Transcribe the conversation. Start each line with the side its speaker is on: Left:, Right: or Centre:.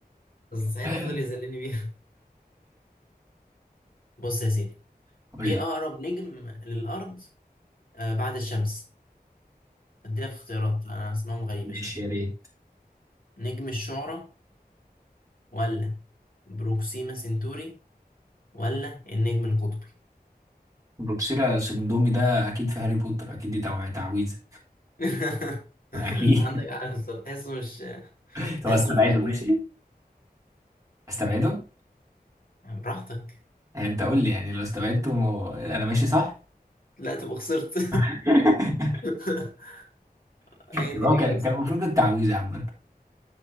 Left: بس ساعتها
Right: <laughs>
Left: فضل يذلني بيها <laughs> بص يا سيدي
Right: قول
Left: ايه
Right: لي.
Left: اقرب نجم للارض آه بعد الشمس اديلك اختيارات انا اسمائهم غريبة
Right: ماشي
Left: شوية
Right: يا ريت
Left: نجم الشعرى ولا بروكسيما سنتوري ولا النجم القطبي
Right: بروكسيرا سيرندومي ده اكيد في هاري بوتر اكيد دي توع- تعويذه
Left: <laughs>
Right: اكيد
Left: عندك عارف تحسه مش
Right: <laughs> طب
Left: تحسه
Right: استبعده
Left: مش مظبوط
Right: ماشي استبعده
Left: براحتك
Right: يعني انت قول لي يعني لو استبعدته انا ماشي صح
Left: لا تبقى خسرت
Right: <laughs>
Left: <laughs> هي
Right: يبقى
Left: دي اللي
Right: هو كان
Left: كانت
Right: كان المفروض التعويذه عامه